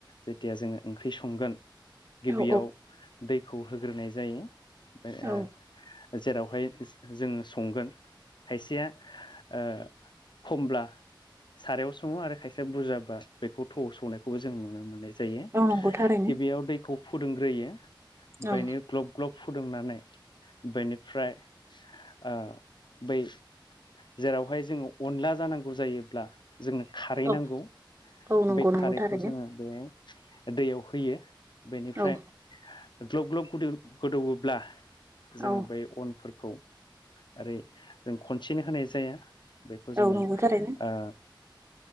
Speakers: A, on the left; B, on the right.
A: जेतिया जोङो ओंख्रि संगोन गिबियाव
B: औ
A: दैखौ होग्रोनाय जायो बे
B: औ
A: ओ जेरावहाय जोङो संगोन खायसेया ओ खमब्ला सारायाव सङो आरो खायसेया बुरजाबा बेखौ थ'आव सौनायखौबो जों नुनो मोननाय जायो
B: औ नंगौ थारैनो
A: गिबियाव दैखौ फुदुंग्रोयो
B: औ
A: बेनो ग्लब ग्लब फुदुंनानै बेनिफ्राय ओ बै जेरावहाय जोङो अनला जानांगौ जायोब्ला जोंनो खारै
B: औ
A: नांगौ
B: औ नंगौ
A: बे
B: नंगौ
A: खारैखौ
B: थारैनो
A: जोङो बे दैयाव होयो बेनिफ्राय
B: औ
A: ग्लब ग्लब गोदौ गोदौब्ला जोङो
B: औ
A: बै अन फोरखौ ओरै जों खनसेनो होनाय जाया बेखौ
B: औ
A: जोङो
B: नंगौ थारैनो
A: ओ